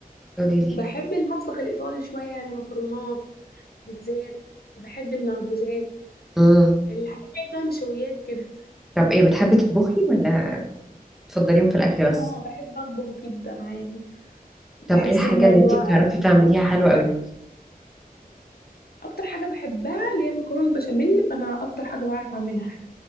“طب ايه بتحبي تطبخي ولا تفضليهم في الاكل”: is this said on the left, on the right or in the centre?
Centre